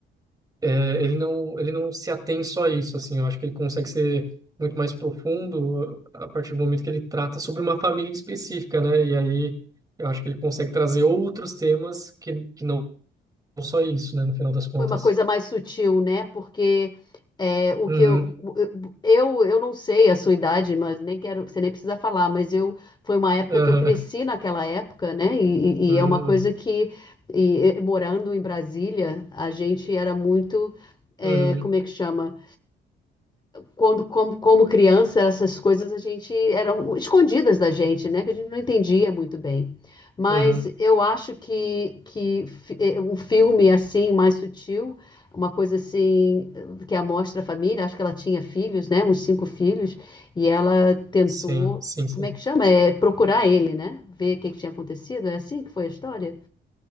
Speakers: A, on the right (about 20°); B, on the left (about 20°).
A: é, ele não, ele não se atém só a isso, assim, eu acho que ele consegue ser muito mais profundo a partir do momento que ele trata sobre uma família em específica, né? E aí eu acho que ele consegue trazer outros temas que, que não só isso, né, no final das contas.
B: Foi uma coisa mais sutil, né? Porque é, o
A: Uhum,
B: que eu, eu eu não sei a sua idade, mas nem quero, você nem precisa falar, mas eu foi uma época
A: aham,
B: que eu cresci naquela época, né? E,
A: uhum,
B: e- e é uma coisa que e, e morando em Brasília, a gente era muito é,
A: uhum,
B: como é que chama? quando, como, como criança, essas coisas a gente eram escondidas da gente, né? Que a gente não entendia muito bem. Mas
A: uhum,
B: eu acho que, que fi- eh, um filme assim, mais sutil, uma coisa assim, que amostra a família, acho que ela tinha filhos, né? Uns cinco filhos, e ela tentou,
A: sim, sim, sim.
B: como é que chama? É procurar ele, né? Ver o que que tinha acontecido. É assim que foi a história?